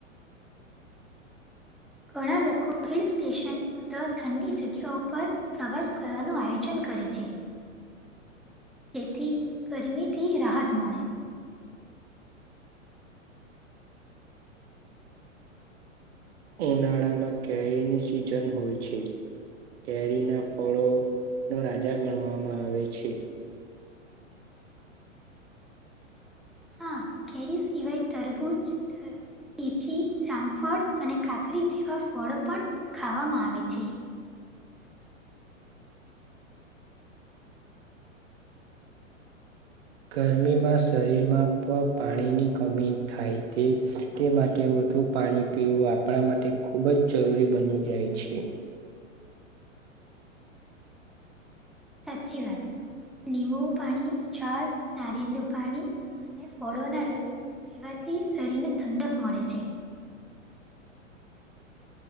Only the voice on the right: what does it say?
ઉનાળામાં કેરીની સિઝન હોય છે. કેરીના ફળો નો રાજા ગણવામાં આવે છે.
ગરમીમાં શરીરમાં પણ પાણીની કમી થાય છે તે માટે. વધું પાણી પીવું આપણા માટે ખૂબ જ જરૂરી બની જાય છે.